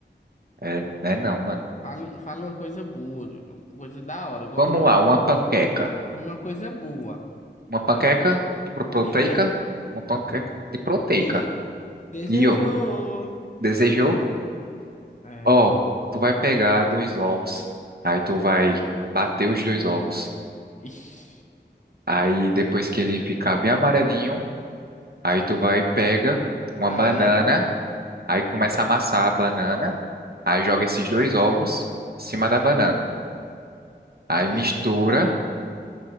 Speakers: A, on the right (about 60°); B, on the left (about 40°).
A: É, né, não, mano.
B: Fala, fala uma coisa boa, doido. Uma coisa da hora, gostosa.
A: Vamos lá, uma panqueca.
B: Quero comer uma coisa boa,
A: Uma panqueca
B: entendeu?
A: pro- proteica,
B: De quê?
A: uma panqueca de proteica.
B: Dese... Desejou.
A: De ovo. Desejou?
B: É.
A: Ó, tu vai pegar dois ovos, aí tu vai bater os dois ovos,
B: Ixi.
A: aí depois que ele ficar bem amarelinho, aí tu vai pega
B: Lá
A: uma banana,
B: ele.
A: aí começa a amassar a banana. Aí joga esses dois ovos em cima da banana. Aí mistura,
B: Ixi,